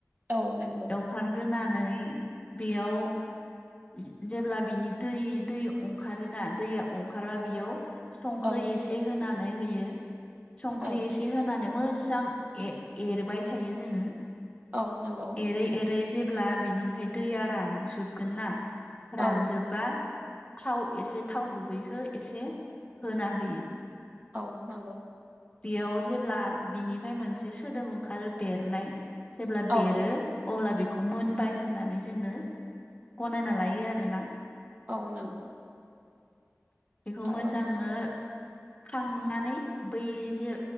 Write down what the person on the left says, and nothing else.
एवफ्रानग्रोनानै बेयाव जे-जेब्ला बिनि दै दै अंखारोना दैया अंखारबा बेयाव संख्रै
एसे होनानै होयो संख्रै
एसे होनानै मो जां ए-एरबाय थायो जोङो
एरै एरै जेब्ला बिनिफ्राय दैया रानजोबगोन ना
रानजोबबा थाव एसे थाव गुबैखो एसे होना होयो
बियाव जेब्ला बिनिफाय मोनसे सोदोब ओंखारो बेरनाय जेब्ला
बेरो अब्ला बेखौ मोनबाय होननानै जोङो गनायना लायो आरो ना
बेखौ
मोजांनो खांनानै बै जे